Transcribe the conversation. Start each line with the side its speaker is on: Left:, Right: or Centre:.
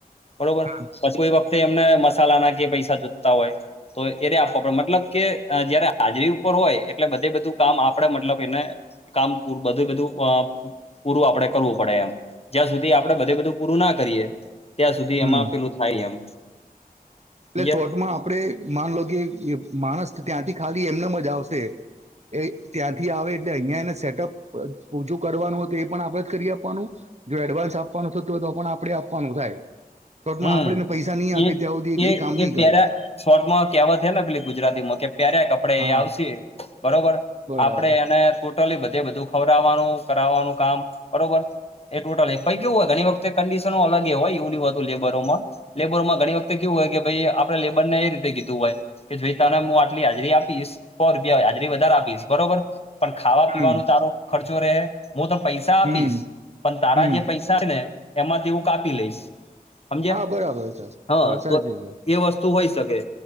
Left: બરોબર
Right: હમ
Left: પછી કોઈ વખતે એમને મસાલા ના કે પૈસા જૂતતા હોય. તો એને આપવા પડે મતલબ કે જયારે હાજરી ઉપર હોય એટલે બધે બધું કામ આપડે મતલબ એને કામ બધું-બધું પૂરું આપડે કરવું પડે એમ જ્યાં સુધી આપડે બધું. તો પૂરું ના કરીએ ત્યાં સુધી
Right: હમ
Left: એમાં આપેલું થાય એમ સમજ્યા
Right: એટલે શોર્ટમાં આપણે માનલો કે માણસ ત્યાંથી ખાલી એમને મ જ આવશે એ ત્યાંથી આવે એટલે અહિયા એને સેટઅપ અ ઓછું કરવાનું હોય તો એ પણ આપણેે જ કરી આપવાનું જો એડવાન્સ આપવાનું થતું હોય તો પણ આપડે આપવાનું થાય. શોટમાં
Left: હમ
Right: આપડેને પૈસા નહીં
Left: એ
Right: આપીએ ત્યાં સુધી એ
Left: એ
Right: કામ નહીં
Left: પેરા
Right: કરે
Left: શોર્ટમાં કહેવત હે ને પેલી ગુજરાતીમાં કે પ્યારે કપડે
Right: હા
Left: એ આવશે. બરોબર
Right: બરાબર
Left: આપડે એને ટોટલી બધે બધું ખવડવાનું કરાવવાનું કામ બરોબર એ ટોટલ પઈ કેવું હોય ઘણી વખતે કન્ડીશનનો અલગ હોય એવું લેવુ લેબરમાં લેબરોમાં ઘણી વખતે કેવું હોય કે ભાઈ આપણે લેબર ને એ રીતે કીધું હોય. કે જોઈ તને હું આટલી હાજરી આપીશ સો રૂપિયા હાજરી વધારે આપીશ બરોબર પણ ખાવા પીવાનો
Right: હમ
Left: તારો ખર્ચો રે હું તન પૈસા આપીશ
Right: હમ
Left: પણ તારા
Right: હમ
Left: જે પૈસા થાયને એમાંથી હું કાપી લઈશ સમજયા
Right: હા બરાબર છે
Left: હા
Right: વાત સાચી
Left: તો
Right: છે
Left: એ વસ્તુ તો હોઈ શકે